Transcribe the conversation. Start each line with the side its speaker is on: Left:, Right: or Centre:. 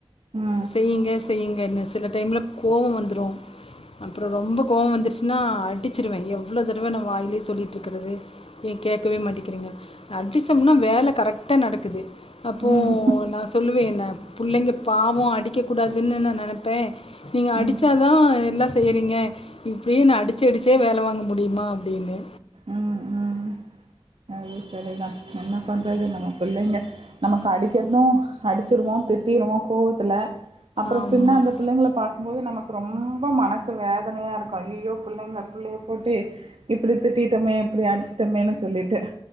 Right: ம்
Left: செய்யுங்க செய்யுங்க என் சில டைமில கோபம் வந்துடும் அப்றோ ரொம்ப கோவம் வந்துருச்சுனா அடிச்சிருவேன் எவ்வளோ தடவை நான் வாயிலே சொல்லிட்டு இருக்கறிது ஏ கேட்கவே மாட்டேங்கிறீங்க அடிச்சோம்னா வேலை கரெக்டாக நடக்குது அப்போ
Right: ம்
Left: நா சொல்லுவேன் நா பிள்ளைங்க பாவம் அடிக்க கூடாதுன்னு நா நினைப்பேன் நீங்க
Right: ம்
Left: அடிச்சா
Right: ம்
Left: தா எல்லா செய்றீங்க இப்படியே நா அடிச்சடிச்சே வேலை வாங் முடியுமா அப்டின்னு
Right: ம் ம் அது சரிதா என்ன பண்றது நம்ம பிள்ளைங்க நமக்கு அடி க்கது அடிச்சிருவோ திட்டிருவோ கோவத்துல அப்புறோ
Left: ஆமாம்
Right: பின்ன அந்த பிள்ளைங்கள பாரக்கும்போது நமக்கு ரொம்ப மனசு வேதனையா இருக்கு ஐயோ பிள்ளைங்கள பிள்ளைய போட்டு இப்டி திட்டிட்டோமே இப்டி அடிச்சிட்டோமேன்னு சொல்லிட்டு